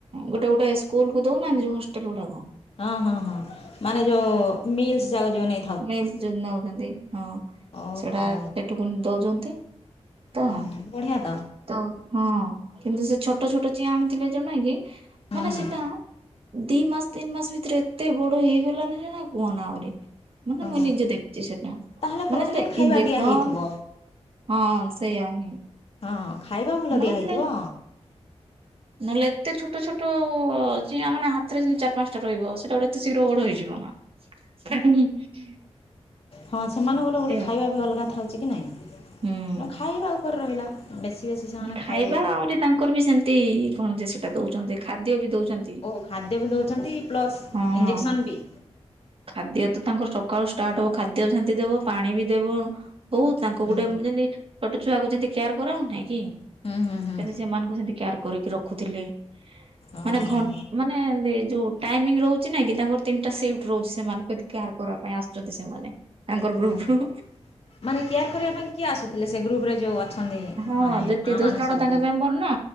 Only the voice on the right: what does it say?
ଗୋଟେ ଗୋଟେ ସ୍କୁଲକୁ ଦଉନାହାନ୍ତି ଯୋଉ ହଷ୍ଟେଲ ଗୁଡ଼ାକ
ମିଲ୍ସି ଯୋଉ ନଉଚନ୍ତି ହଁ
ସେଟା ସେଠୁକୁ ଦଉଚନ୍ତି। ତ
ତ ହଁ କିନ୍ତୁ ସେ ଛୋଟ ଛୋଟ ଚିଆଁ ଆଣିଥିଲେ ଯୋନାଇଁକି
ମାନେ
ସେଟା ଦି ମାସେ ତିନି ମାସେ ଭିତରେ ଏତେ ବଡ଼ ହେଇଗଲାନି ନା ନା କୁହନା ଆହୁରି। ମାନେ
ମୁଁ ନିଜେ ଦେଖୁଚି ସେଟା
ମାନେ
ସେଟା
ଇଞ୍ଜେକ୍ସନ୍
ହଁ ସେଇୟା ହିଁ।
ନହେଲେ
ନହେଲେ ଏତେ ଛୋଟ ଛୋଟ ଚିଆଁମାନେ ହାତରେ ଯେମିତି ଚାରି ପାଞ୍ଚଟା ରହିବ ସେଇଟା ଗୋଟେ ଏତେ ଶୀଘ୍ର ବଡ଼ ହେଇଯିବନା। <unintelligible>
ଏଇଆ
ହୁଁ।
ଖାଇବା
ଆହୁରି ତାଙ୍କରବି ସେମିତି କଣଯେ ସେଟା ଦଉଚନ୍ତି ଖାଦ୍ୟବି ଦଉଚନ୍ତି।
ହଁ।
ଖାଦ୍ୟ ତ ତାଙ୍କର ସକାଳୁ ଷ୍ଟାର୍ଟ ହବ ଟିକେ ଖାଦ୍ୟ ସେମିତି ଦେବ ପାଣି ବି ଦେବ। ବହୁ ତାଙ୍କ
ଗୋଟେ ଯେମିତି ଛୋଟ ଛୁଆକୁ ଯେମିତି କେୟାର କରାହଉନେଇ କି।
ସେମିତି ସେମାନଙ୍କୁ ସେମିତି କେୟାର କରିକି ରଖୁଥିଲେ।
ମାନେ
ଘ ମାନେ ଦି ଯୋଉ ଟାଇମିଙ୍ଗ ରହୁଚି ନାଇଁ କି। ତାଙ୍କର ତିନିଟା ସିପ୍ ରହୁଛି ସେମାନଙ୍କୁ ଏଠି କେୟାର କରିବା ପାଇଁ ଆସଛନ୍ତି ସେମାନେ ତାଙ୍କର ଗ୍ରୁପ
ରୁ
ହଁ
ଯେତିକି
ଦଶ
ଜଣ
ତାଙ୍କ ମେମ୍ବର ନା